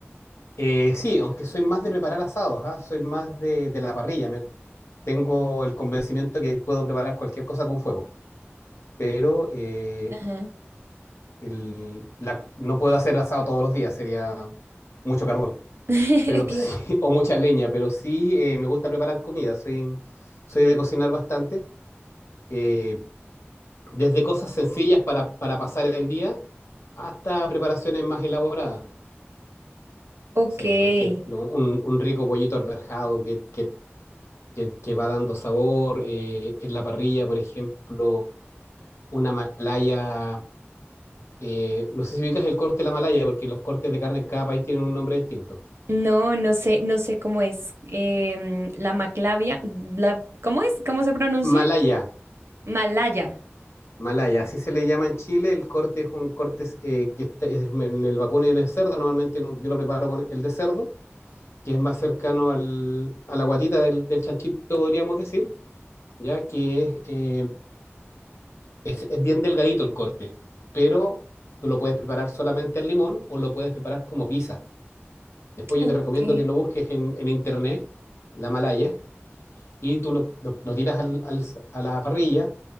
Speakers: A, on the left; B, on the right.
A: Eh, sí, aunque soy más de preparar asados, ¿ah? Soy más de, de la parrilla, me- tengo el convencimiento que puedo preparar cualquier cosa con fuego, pero... eh,
B: Ajá.
A: el- la- no puedo hacer asado todos los días, sería mucho carbón,
B: <laughs>
A: pero
B: Sí.
A: sí, <laughs> o mucha leña, pero sí eh, me gusta preparar comida, soy, soy de cocinar bastante, eh, desde cosas sencillas para, para pasar el día hasta preparaciones más elaboradas.
B: Ok.
A: O sea, por ejemplo, un, un rico pollito arberjado que, que, que, que va dando sabor, eh, en la parrilla, por ejemplo, una malaya, eh, no sé si ubicas el corte de la malaya, porque los cortes de carne en cada país tienen un nombre distinto.
B: No, no sé, no sé cómo es. Em, la maclavia, la, ¿cómo es? ¿Cómo se pronuncia?
A: Malaya,
B: Malaya.
A: Malaya, así se le llama en Chile. El corte es un corte eh, que está es en el vacuno y en el cerdo. Normalmente no- yo lo preparo con el de cerdo, que es más cercano al- a la guatita del, del chanchito, podríamos decir, ya que es, eh, es- es bien delgadito el corte, pero tú lo puedes preparar solamente al limón o lo puedes preparar como pizza. Después
B: Ok.
A: yo te recomiendo que lo busques en, en internet, la Malaya, y tú lo, lo- lo tiras al- al- a la parrilla